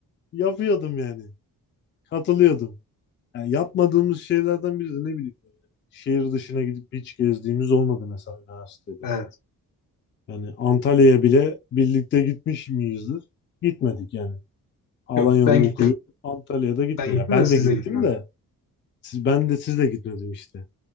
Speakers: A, on the left; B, on the left.
A: yapıyordum yani. Katılıyordum. Yani yapmadığımız şeylerden biri de ne bileyim böyle şehir dışına gidip hiç gezdiğimiz olmadı mesela üniversitede.
B: evet.
A: Yani Antalya'ya bile birlikte gitmiş miyizdir? Gitmedik yani. Alanya'da
B: Yok ben
A: okuyup
B: gittim.
A: Antalya'da gitmedik.
B: Ben gittim
A: Ya ben
B: ve siz
A: de gittim
B: de gitmiyorsunuz.
A: de siz, ben de siz de gitmedim işte.